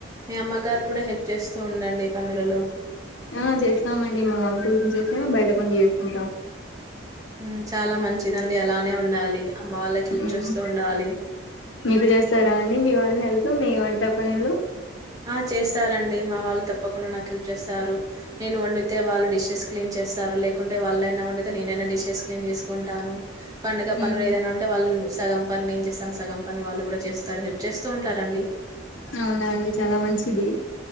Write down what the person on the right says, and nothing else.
మీ అమ్మగారు కూడా హెల్ప్ చేస్తూ ఉండండి పనులలో.
ఉమ్ చాలా మంచిదండి అలానే ఉండాలి అమ్మ వాళ్ళకి హెల్ప్
చేస్తూ ఉండాలి.
ఆ చేస్తారండి మా వాళ్ళు తప్పకుండా నాకు హెల్ప్ చేస్తారు నేను వండితే వాళ్ళు డిషెస్ క్లీన్ చేస్తారు లేకుంటే వాళ్ళ నా ఉండిద్ తే నేనైనా డిషెస్ క్లీన్ చేసుకుంటాను పండుగ పనులు
ఏదైనా ఉంటే వాళ్ళన్ సగం పన్ నేన్ చేస్తాను, సగంపనీ వాళ్ళు కూడా చేస్తారు, హెల్ప్ చేస్తూ ఉంటారండి.